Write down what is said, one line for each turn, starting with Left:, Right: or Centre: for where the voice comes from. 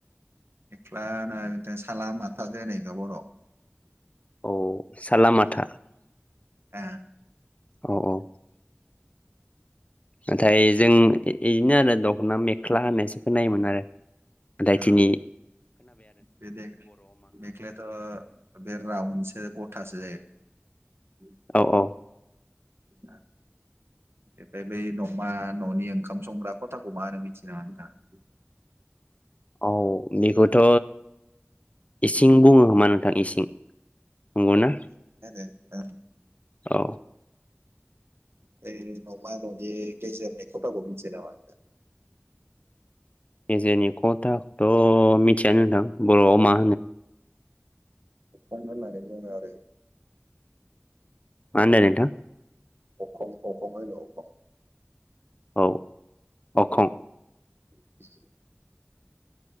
Right: मेख्ला होनो बिदिनो साला माथा जे होनो बर'आव
Left: औ साला माथा।
Right: ओ
Left: औ औ नाथाय जों इदिनो आरो दख'ना मेख्ला होननायसो खोननायोमोन आरो जायखिनि
Right: ओ बे देख्लाया मेख्लायाथ' बे रावनसो गथासो। <unintelligible>
Left: औ औ
Right: ओ बेनिफ्राय बै न'मा न'नि ओंखाम संग्रा खथाखौ मा होनो मिथि नामा नोंथाङा? <inaudible>
Left: औ बेखौथ'। इसिं बुङो खोमा नोंथां इसिं नंगौ ना?
Right: ओ
Left: औ
Right: बै नमा ननि गेजेरनि खथाखौ मिथियो नामा नोंथां?
Left: गेजेरनि खथाखौथ' मिथियानो नोंथां बर'आव मा।
Right: अखं होननानै बुङो आरो।
Left: मा होनदों नोंथां?
Right: अखं अखं होनो अखं।
Left: औ अखं।
Right: <inaudible>